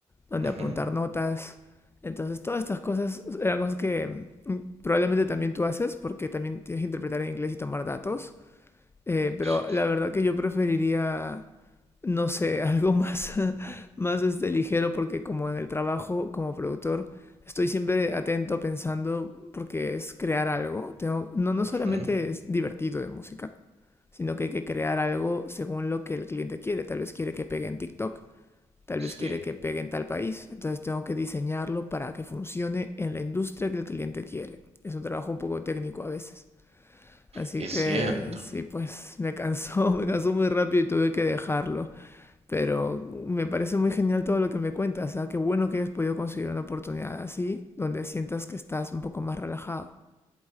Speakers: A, on the left; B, on the right.
A: donde
B: ujú,
A: apuntar notas. Entonces, todas estas cosas eran cosas que mm, probablemente también tú haces porque también tienes que interpretar en inglés y tomar datos. Eh, pero
B: sí,
A: la verdad que yo preferiría, no sé, algo más, <laughs> más este, ligero porque como en el trabajo, como productor, estoy siempre atento pensando porque es crear algo. Tengo, no, no solamente
B: ujú,
A: es divertido de música, sino que hay que crear algo según lo que el cliente quiere. Tal vez quiere que pegue en TikTok, Tal
B: sí.
A: vez quiere que pegue en tal país, entonces tengo que diseñarlo para que funcione en la industria que el cliente quiere. Es un trabajo un poco técnico a veces. Así
B: Es
A: que
B: cierto.
A: sí, pues me cansó, <laughs> me cansó muy rápido y tuve que dejarlo. Pero me parece muy genial todo lo que me cuentas. ¿eh? Qué bueno que hayas podido conseguir una oportunidad así, donde sientas que estás un poco más relajado.